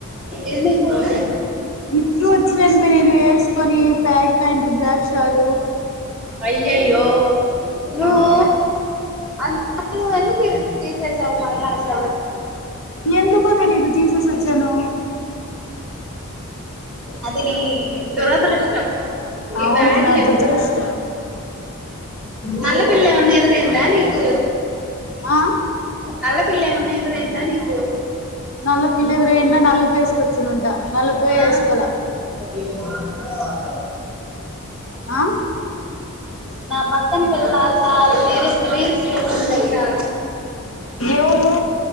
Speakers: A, in the centre; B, on the left (about 65°).
A: <inaudible> ఎందుకు ఆ
B: ఇప్పుడే వచ్చినను మె నేను వేసుకొని బ్లాక్ ప్యాంట్ బ్లాక్ షర్
A: అయ్యయ్యో నువ్వు
B: ఆ
A: అ నువ్వేందుకు ఇది తీసేసావు మల్ల చ
B: ఎందుకో తెలీదు తీసేసి వచ్చాను
A: అది నీ దురదృష్టం నీ
B: అవునే
A: బ్యాడ్
B: నా
A: లక్
B: దురదృష్టం
A: నల్ల పిల్లెమన్నా ఎదురైందా నీకు
B: ఆ
A: నల్ల పిల్లెమన్నా ఇదురైందా నీకు
B: నల్లపిల్లేదురైనా నలుపు వేసుకోవచ్చునుంట నలుపే
A: ఆ
B: వేసుకోల
A: <inaudible>
B: ఆ
A: నా పక్కన పిల్ల చాలా సీరియస్గ రీల్స్ చూస్తాంది తెల్సా
B: ఎవరు